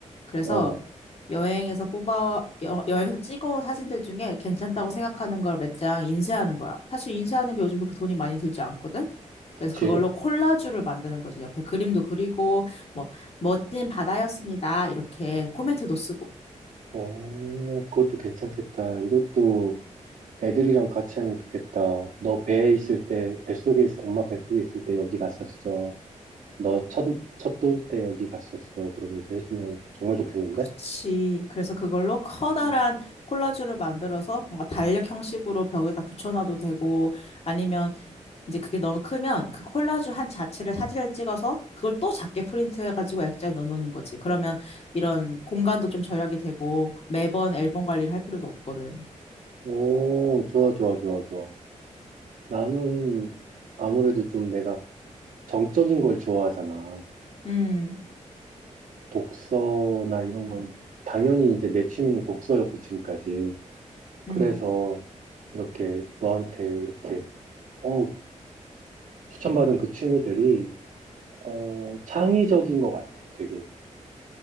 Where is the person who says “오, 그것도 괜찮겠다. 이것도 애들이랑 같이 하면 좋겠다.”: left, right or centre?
Right